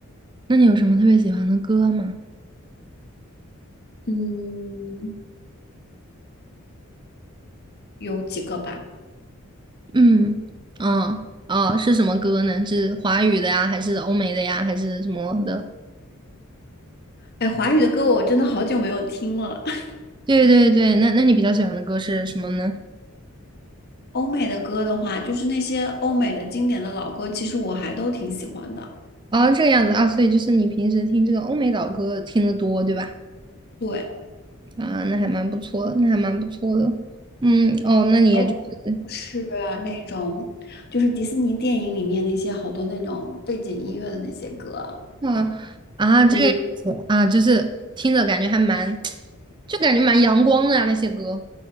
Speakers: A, on the right (about 20°); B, on the left (about 50°).
A: 那你有什么特别喜欢的歌吗？
B: 嗯，有几个吧。
A: 嗯，哦哦，是什么歌呢？是华语的呀，还是欧美的呀，还是什么的？
B: 哎，华语的歌我真的好久没有听了。<laughs>
A: 对对对，那那你比较喜欢的歌是什么呢？
B: 欧美的歌的话，就是那些欧美的经典的老歌，其实我还都挺喜欢的。
A: 哦，这个样子啊，所以就是你平时听这个欧美老歌听得多，对吧？
B: 对，
A: 啊，那还蛮不错的，那还蛮不错的。嗯，哦，那你也就是
B: 还有是那种，就是迪士尼电影里面那些好多那种背景音乐的那些歌，
A: 啊啊这个样子啊，
B: 可以。
A: 就是听着感觉还蛮，<tsk> 就感觉蛮阳光的呀，那些歌。